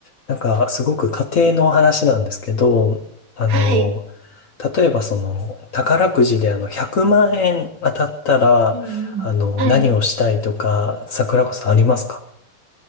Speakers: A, on the left; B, on the right.
A: なんか、すごく家庭の話なんですけど、あの、
B: はい。
A: 例えばその、宝くじであの、100万円当たったら、
B: うんうん。
A: あの、
B: はい。
A: 何をしたいとか、桜子さんありますか